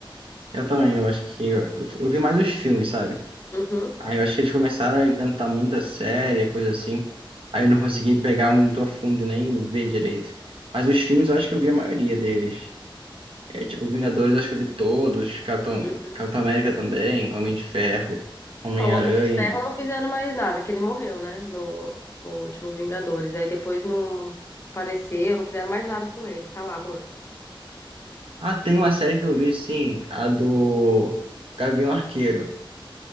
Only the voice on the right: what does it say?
Eu também, eu acho que. Eu, eu vi mais os filmes, sabe?
Aí eu acho que eles começaram a inventar muita série, coisa assim. Aí eu não consegui pegar muito a fundo e nem ver direito. Mas os filmes eu acho que eu vi a maioria deles. É tipo, Vingadores eu acho que eu vi todos. Capitão,
Capitão América também, Homem de Ferro, Homem-Aranha.
Ah, tem uma série que eu vi sim, a do Gavião Arqueiro. Não